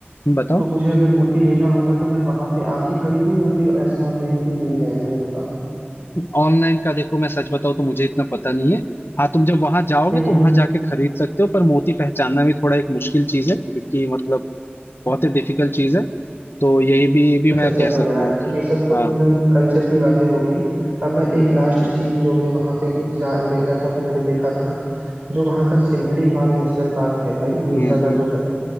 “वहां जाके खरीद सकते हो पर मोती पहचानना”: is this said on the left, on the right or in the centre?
Left